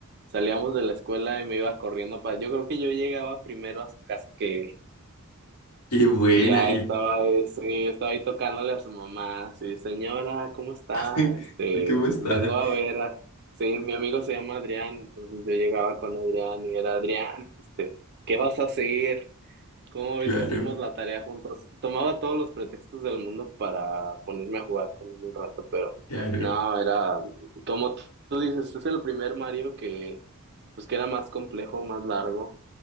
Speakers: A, on the right; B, on the left.
A: salíamos de la escuela y me iba corriendo para. Yo creo que yo llegaba primero a su casa que él.
B: Qué buena.
A: Y ya
B: ¿Y
A: estaba, eh, sí, estaba ahí tocándole a su mamá. Sí, señora, ¿cómo está?
B: <laughs>
A: Este,
B: cómo está?
A: vengo a ver a- Sí, mi amigo se llama Adrián, entonces yo llegaba con Adrián y era Adrián, este, ¿qué vas a seguir? ¿Cómo
B: Claro,
A: ves si hacemos la tarea juntos? Tomaba todos los pretextos del mundo para ponerme a jugar con él un rato, pero
B: claro.
A: no, era como t- tú dices, es el primer Mario que pues que era más complejo, más largo